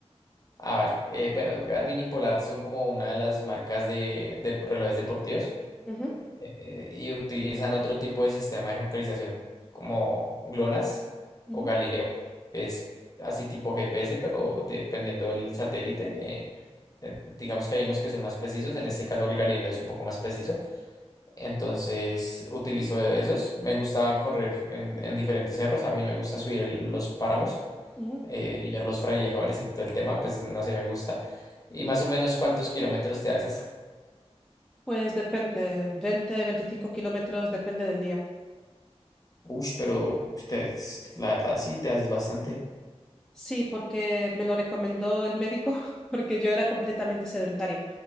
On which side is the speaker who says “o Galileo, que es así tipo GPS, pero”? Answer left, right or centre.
Left